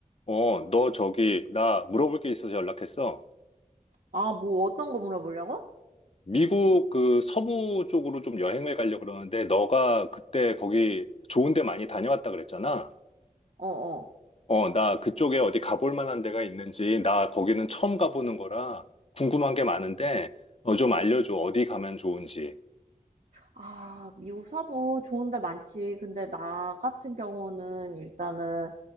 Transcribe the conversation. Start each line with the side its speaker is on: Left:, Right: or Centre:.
Left: 어, 너 저기, 나 물어볼 게 있어서 연락했어.
Right: 아, 뭐 어떤 거 물어보려고?
Left: 미국 그 서부 쪽으로 좀 여행을 가려고 그러는데, 너가 그때 거기 좋은 데 많이 다녀왔다 그랬잖아.
Right: 어, 어.
Left: 어, 나 그쪽에 어디 가볼 만한 데가 있는지, 나 거기는 처음 가보는 거라 궁금한 게 많은데, 어, 좀 알려줘. 어디 가면 좋은지.
Right: 아, 미국 서부 좋은 데 많지. 근데 나 같은 경우는 일단은